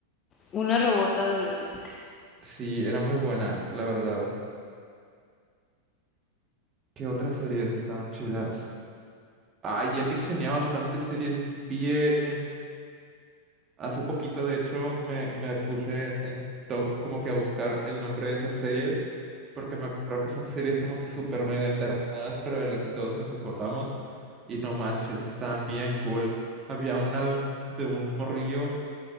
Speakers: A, on the left (about 25°); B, on the right (about 25°).
A: Una robot adolescente.
B: Sí, era muy buena, la verdad. ¿Qué otras series estaban chidas? Ay, Jetix tenía bastantes series bien Hace poquito, de hecho, me, me puse en TikTok como que a buscar el nombre de esas series, porque me acuerdo que son series como que súper mega enterradas, pero de la que todos nos acordamos. Y no manches, estaban bien cool. Había una de un, de un morrillo